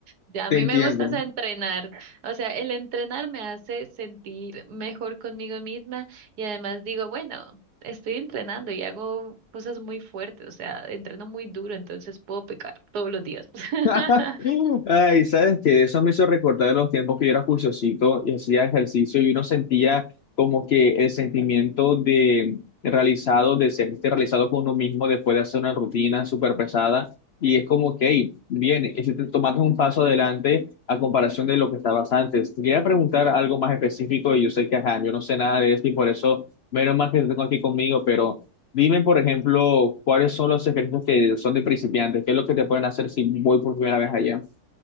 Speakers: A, on the right (about 80°); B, on the left (about 65°).
A: ya a
B: te
A: mí
B: entiendo.
A: me gusta es entrenar, o sea, el entrenar me hace sentir mejor conmigo misma y además digo, bueno, estoy entrenando y hago cosas muy fuertes, o sea, entreno muy duro, entonces puedo pecar todos los días. <laughs>
B: <laughs> Ay, ¿sabes que Eso me hizo recordar los tiempos que yo era juiciosito y hacía ejercicio y uno sentía como que el sentimiento de realizado, de sentirse realizado con uno mismo después de hacer una rutina súper pesada. Y es como que, hey, bien, es- tomaste un paso adelante a comparación de lo que estabas antes. Te quería preguntar algo más específico y yo sé que, ajá, yo no sé nada de esto y por eso, menos mal que te tengo aquí conmigo, pero... Dime, por ejemplo, cuáles son los secretos que son de principiantes, qué es lo que te pueden hacer si voy por primera vez allá.